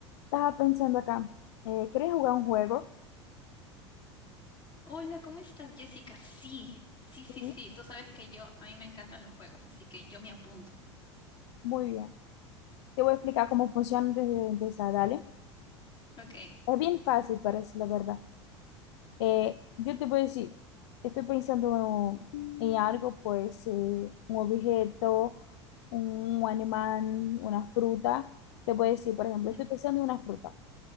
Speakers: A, on the left (about 70°); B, on the left (about 30°).
A: Estaba pensando acá, eh, ¿querés jugar un juego?
B: Hola, ¿cómo estás, Jessica? Sí, sí,
A: Sí,
B: sí, sí. Tú sabes que yo, a mí me encantan los juegos, así que yo me apunto.
A: Muy bien. Te voy a explicar cómo funciona antes de empezar, dale.
B: Ok,
A: Es bien fácil, parece la verdad. Eh, yo te voy a decir, estoy pensando en algo, pues eh, un objeto, un animal, una fruta. Te voy a decir, por ejemplo,
B: ujú,
A: estoy pensando en una fruta.